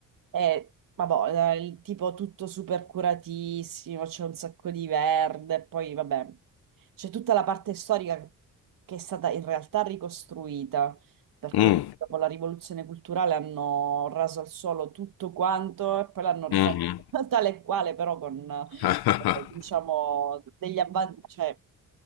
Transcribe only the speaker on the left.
mm,
mhm.
<laughs>